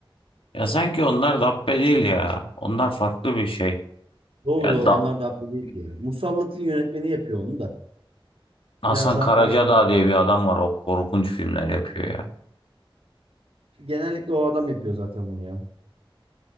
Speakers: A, on the left; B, on the right.
A: Ya sanki onlar Dabbe değil ya. Onlar farklı bir şey.
B: Doğru
A: Yani
B: doğru
A: da
B: onlar Dabbe değildi yani. Musallat'ın yönetmeni yapıyor onu da.
A: Hasan
B: Biraz daha
A: Karacadağ
B: farklı yürüyor
A: diye bir
B: yani.
A: adam var. O korkunç filmler yapıyor ya.
B: Genellikle o adam yapıyor zaten bunu ya.